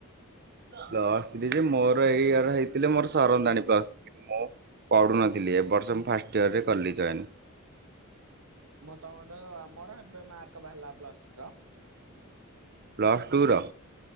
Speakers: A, on the right; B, on the right.
A: ପ୍ଲସ ଥ୍ରୀ ଯେ ମୋର ଏଇ ଇୟର ହେଇଥିଲେ ମୋର ସରନ୍ତାଣି ପ୍ଲସ ଥ୍ରୀ କିନ୍ତୁ ମୁ ପଢୁନଥିଲି ଏ ବର୍ଷ ମୁଁ ଫାଷ୍ଟ ଇୟରରେ କଲି ଜଏନ।
B: ମୁ ତମଠୁ ଆ ମୋର ଏବେ ମାର୍କ ବାହାରିଲା ପ୍ଲସ ଟୁ ର।
A: ପ୍ଲସ ଟୁ ର?